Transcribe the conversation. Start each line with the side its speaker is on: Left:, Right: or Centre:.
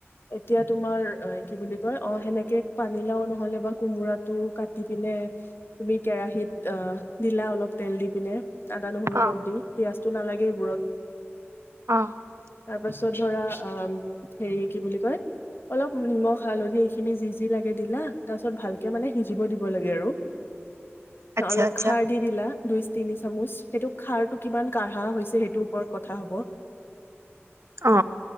Left: এতিয়া তোমাৰ কি বুলি কয় অ সেনেকে পানীলাও নহলে বা কোমোৰাত টো কাটি পিনে তুমি কেৰাহিত অ দিলা অলপ তেল দি পিনে আদা নহৰু
Right: অ
Left: অলপ দি পিয়ঁয়াজটো নালাগে এইবোৰত
Right: অ
Left: তাৰপাছ ছত ধৰা অ হেৰি কি বুলি কয় অলপ নিমখ হালধি এইখিনি যি যি লাগে দিলা তাৰপিছত ভাল মানে সিজিব দিব লাগে আৰু
Right: আচ্ছা
Left: অলপ
Right: আচ্ছা
Left: খাৰ দি দিলা দুই তিনি চামুচ সেইটো খাৰটো কিমান কাঢ়া হৈছে সেইটোৰ ওপৰত কথা হব
Right: অ